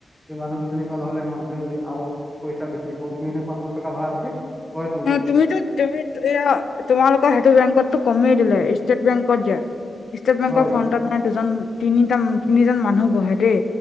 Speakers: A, in the centre; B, on the left.
A: সেই মানু্হ কিজনী পা নহলে সেই মানু্হটোৱে আৰু পইছা বিচাৰিব এনেই এনেই পঞ্চাছ টকা ভৰাতকে হয়
B: তুমিতো তুমি এয়া তোমালোকৰ সেইটো বেংকটো কমেই দিলে ষ্টেট বেংকত যে ষ্টেট বেংকৰ
A: হয়
B: ফ্ৰণ্টত মানে দুজন তিনিটা তিনিজন মানুহ বহে দেই!